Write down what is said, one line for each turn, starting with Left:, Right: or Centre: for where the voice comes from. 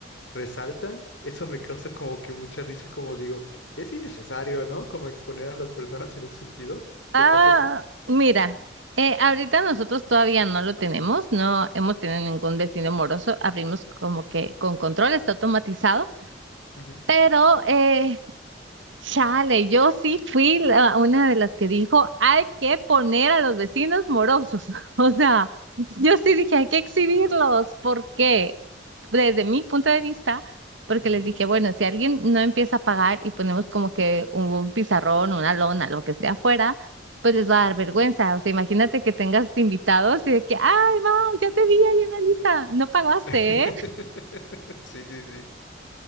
Left: resaltan, eso me causa como que mucha risa, como digo, es innecesario, ¿no? Como exponer a las personas en ese sentido. ¿Te
Right: Ah,
Left: pasa a ti?
Right: mira, eh, ahorita nosotros todavía no lo tenemos, no hemos tenido ningún vecino moroso, abrimos como que con control, está automatizado,
Left: Ujú,
Right: pero eh, Chale, yo sí fui la- una de las que dijo, hay que poner a los vecinos morosos. <laughs> O sea, yo sí dije, hay que exhibirlos. ¿Por qué? Desde mi punto de vista, porque
Left: ujú.
Right: les dije, bueno, si alguien no empieza a pagar y ponemos como que un pizarrón, una lona, lo que sea afuera, pues les va a dar vergüenza. O sea, imagínate que tengas invitados y de que, ay, Mau, ya te vi ahí en la lista, no pagaste,
Left: <laughs>
Right: ¿eh?
Left: Sí, sí, sí.